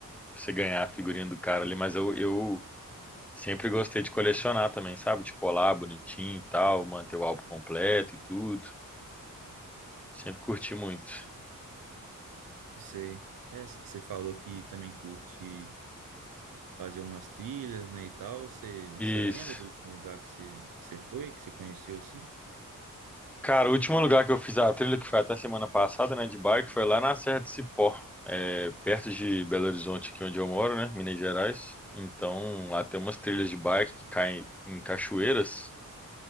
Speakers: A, in the centre; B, on the right (about 80°).
A: Pra Você ganhar a figurinha do cara ali, mas eu, eu Sempre gostei de colecionar também, sabe? De colar bonitinho e tal, manter o álbum completo e tudo. Sempre curti muito.
B: Você, é, você falou que também curte fazer umas trilhas, né, e tal. Você,
A: Isso.
B: você lembra do último lugar que você, que você foi, que você conheceu, assim?
A: Cara, o último lugar que eu fiz a trilha, que foi até semana passada, né, de bike, foi lá na Serra de Cipó, é, perto de Belo Horizonte, aqui onde eu moro, né, Minas Gerais. Então, lá tem umas trilhas de bike que caem em cachoeiras.